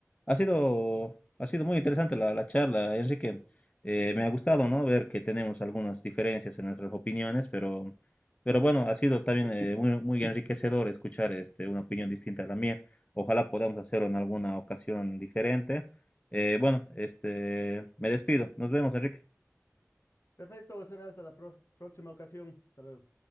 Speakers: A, on the left (about 25°); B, on the left (about 60°).
A: ha sido, ha sido muy interesante la, la charla, Enrique. Eh, me ha gustado, ¿no? Ver que tenemos algunas diferencias en nuestras opiniones, pero, pero bueno, ha sido también eh, muy, muy enriquecedor escuchar este, una opinión distinta a la mía. Ojalá podamos hacerlo en alguna ocasión diferente. Eh, bueno, este, me despido. Nos vemos, Enrique.
B: Perfecto, será hasta la pro- próxima ocasión. Hasta luego.